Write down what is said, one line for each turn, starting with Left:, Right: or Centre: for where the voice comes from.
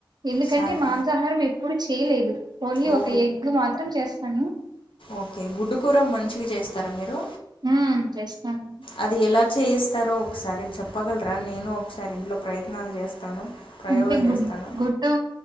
Right: ఎందుకంటే
Left: శాక
Right: మాంసాహారం ఎప్పుడు చేయలేదు ఓలీ
Left: ఓ
Right: ఒక ఎగ్ మాత్రం చేస్తాను
Left: ఓకే గుడ్డు కూూర మంచిగా చేస్తారా మీరు
Right: ఉమ్ చేస్తాను
Left: అది ఎలా చేయిస్తారో ఒకసారి చెప్పగలరా నేను ఒకసారి ఇంట్లో ప్రయత్నాలు చేస్తాను ప్రయోగాలు
Right: అంటే
Left: చేస్తాను
Right: గుడ్ గుడ్డు